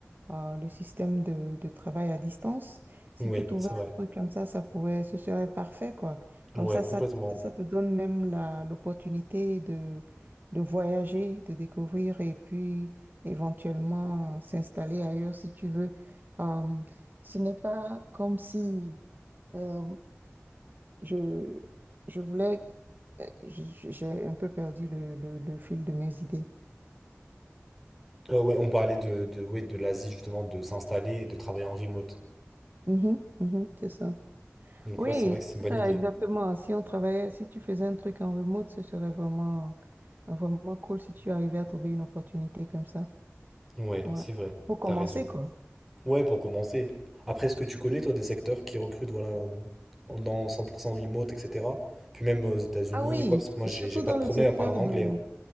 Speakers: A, on the right; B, in the centre.
A: euh, le système de, de travail à distance. Si
B: Oui,
A: tu trouvais
B: c'est
A: un
B: vrai.
A: truc comme ça, ça pourrait, ce serait parfait, quoi. Comme
B: Ouais,
A: ça,
B: complètement.
A: ça, ça te donne même la, l'opportunité de, de voyager, de découvrir et puis éventuellement euh, s'installer ailleurs si tu veux. Euh, ce n'est pas comme si... euh, je, je voulais, euh, j- j'ai un peu perdu le, le, le fil de mes idées.
B: Euh, ouais, on parlait de, de, ouais, de l'Asie, justement, de s'installer et de travailler en remote.
A: Mhm, mhm, c'est ça.
B: Donc
A: Oui,
B: ouais, c'est vrai que c'est une bonne
A: c'est
B: idée.
A: ça, exactement. Si on travaillait, si tu faisais un truc en remote, ce serait vraiment, vraiment cool si tu arrivais à trouver une opportunité comme ça.
B: Ouais,
A: Ouais.
B: c'est vrai,
A: Pour commencer,
B: t'as raison.
A: quoi.
B: Ouais, pour commencer. Après, est-ce que tu connais, toi, des secteurs qui recrutent, voilà, euh, dans 100% remote, etc. Puis même aux États-Unis,
A: Ah oui,
B: quoi, parce que moi, j'ai
A: surtout
B: j'ai pas
A: dans
B: de problème
A: le secteur
B: à parler en anglais.
A: de...
B: hein.